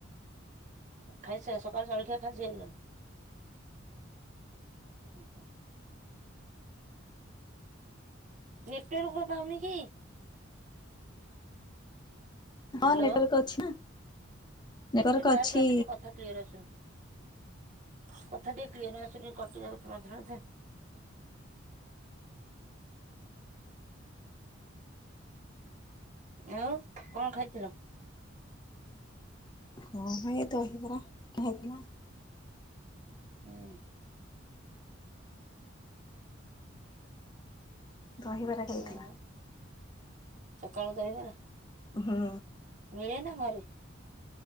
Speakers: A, on the right; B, on the left.
A: <inaudible> ନେଟ୍ ୱାର୍କ ପାଉନି କି?
B: ହଁ,
A: ହ୍ୟାଲୋ
B: ନେଟ୍--ର୍କ ଅଛି ନା। ନେଟୱାର୍କ
A: ବାହାରକୁ
B: ଅଛି।
A: ଆସ ଟିକେ କଥା କ୍ଲିୟର ଆ--ନି। କଥା ଟିକେ କ୍ଲିୟର ଆସୁନି, କଟି ଯାଉଚି ମଝିରେ ମ ଆଉ କ'ଣ ଖାଇଥିଲ?
B: ହଁ ମ, ଏଇ ଦହି ବରା ଥିଲା।
A: <inaudible>
B: ଦହି ବରା ହେଇ
A: ଆଉ
B: ଥିଲା।
A: ସକାଳୁ ଦହିବରା।
B: ହୁଁ।
A: ମିଳେ ନା ଘରେ?